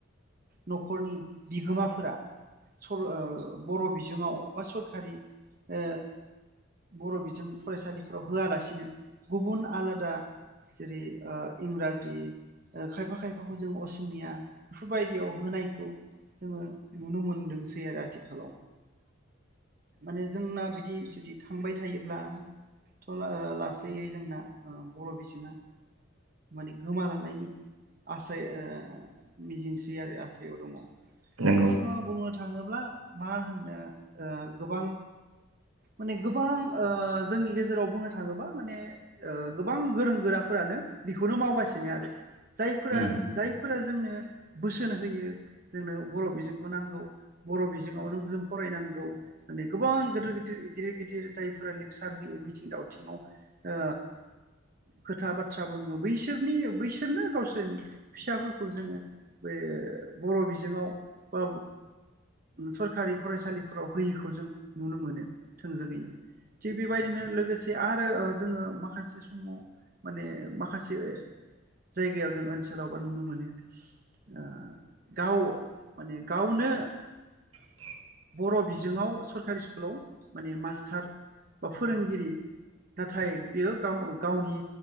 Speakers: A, on the right; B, on the right.
A: न'खरनि बिगोमाफोरा सर बर' बिजोङाव बा सरखारि ओ बर' बिजों फरायसालिफ फोराव होआलासिनो गुबुन आलादा जेरै ओ इंराजि खायफा खायफाखौ जों असमिया बेफोरबायदियाव होनायखौ जोङो नुनो मोनदोंसै आरो आथि हेलौ माने जोंना बिदि जदि था थांबाय थायोब्लाथ' ला लासैयै जोंना बर' बिजोङा माने गोमालांनायनि आसायै मिजिंसै आरो आसायाव दङ ओ
B: नंगौ
A: बुंनो थाङोब्ला मा होननो ओ गोबां माने गोबां ओ जोंनि गेजेराव बुंनो थाङोबा माने गोबां गोरों गोराफोरानो बिखौनो मावगासिनो आरो जायफ्रा
B: उम,
A: जायफ्रा जोंनो बोसोन होयो जोंनो बर' बिजोंखौ नांगौ बर' बिजोंआवनो जों फरायनांगौ नै गोबां गिदिर गिदिर गिदिर गिदिरफ्रा गिदिर जायफोरा लेक्सार होयो मिथिं दावथिङाव ओ खोथा बाथ्रा बुङो बैसोरनि बैसोरनो गावसोरनि फिसाफोरखौ जोङो बे बर' बिजोङाव <unintelligible> ओ सरखारि फरायसालिफोराव होयिखौ जों नुनो मोनो थोंजोङैनो थिग बेबायदिनो लोगोसे आरो जोङो माखासे समाव माने माखासे जायगायाव जों ओनसोलाव बा नुनो मोनो ओ गाव माने गावनो
B: <inaudible>
A: बर' बिजोङाव सरकारि स्कुलाव माने मास सार बा फोरोंगिरि नाथाय बियो गाव गावनि